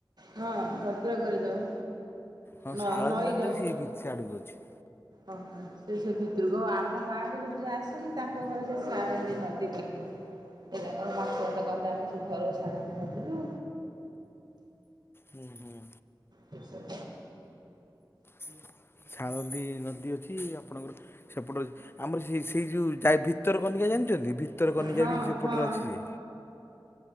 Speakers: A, on the right; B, on the left.
A: ହଁ ଭଦ୍ରକରେ ଯୋଉ
B: ହଁ
A: ନ
B: ସାଳନ୍ଦୀ
A: ନଈ
B: ନନ୍ଦୀ
A: ଯୋଉ
B: ସିଏ ସାଡ଼କୁ ଅଛି।
A: ଓହୋ ସେ ସେ ଭିତରକୁ ହଉ ଆମ ଗାଁ କ ଯୋଉ ଯ ଆସନ୍ତି ତାଙ୍କ ଘରେ ସେ ଯେଉଁ ସାରନ୍ଦୀ ନଦୀ ପାଖରେ ସେମାନେ ମାଛ ଫାଛ କଣ ଆଣନ୍ତି ସେଇ ସାରନ୍ଦୀ ନଦୀରୁ
B: ହୁଁ ହୁଁ।
A: ଠିକ୍ ସେ
B: ହୁଁ। ସାଳନ୍ଦୀ ନଦୀ ଅଛି ଆପଣଙ୍କର ସେପଟ ଆମର ସେ ସେଇ ଯୋଉ ଭିତର କନିକା ଜାଣିଛନ୍ତି ଭିତର କନିକା
A: ହଁ
B: ସେପଟେ
A: ହଁ
B: ଅଛି ଯେ